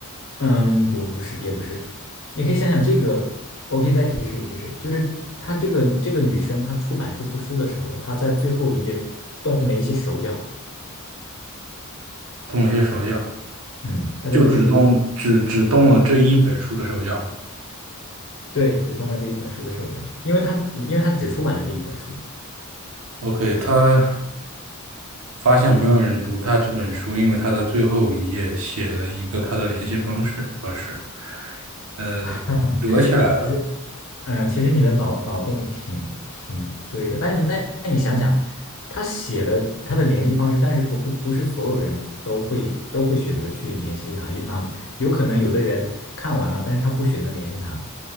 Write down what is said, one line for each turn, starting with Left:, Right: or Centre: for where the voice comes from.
Left: 嗯，不是也不是，你可以想想这个，我可以再提示一提示，就是她这个这个女生她出版这部书的时候，她在最后一页动了一些手脚，
Right: 动了些手脚，
Left: 嗯，她在最后一页动。
Right: 就只动只只动了这一本书的手脚。
Left: 对，只动了这一本书的手脚，因为他，因为他只出版了这一本书
Right: OK，他发现没有人读他这本书，因为他在最后一页写了一个他的联系方式，不是呃折起来了。
Left: <laughs>。嗯，其实嗯其实你的脑脑洞挺挺对的，但你那那你想想，他写了他的联系方式，但是不会不是所有人都会都会选择去联系他，也哪有可能有的人看完了，但是他不选择联系他，